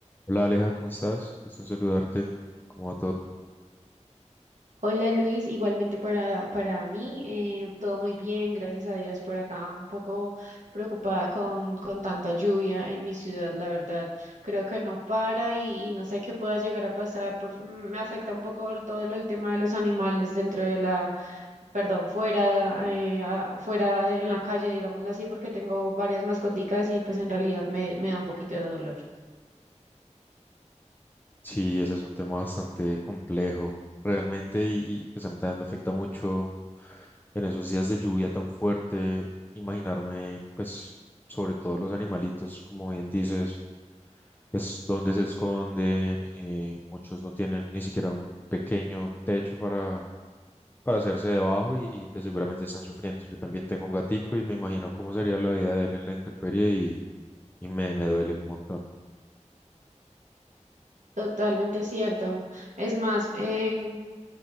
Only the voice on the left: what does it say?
Hola Aleja, ¿cómo estás? Gusto en saludarte. ¿Cómo va todo?
Sí, ese es un tema bastante complejo, realmente, y, y, pues a mí también me afecta mucho en esos días de lluvia tan fuerte, imaginarme, pues, sobre todo los animalitos, como bien dices, es donde se esconden, eh, muchos no tienen ni siquiera un pequeño techo para, para hacerse debajo y, y, pues seguramente están sufriendo. Yo también tengo un gatico y me imagino cómo sería la vida de él en la intemperie y, y me, me duele un montón.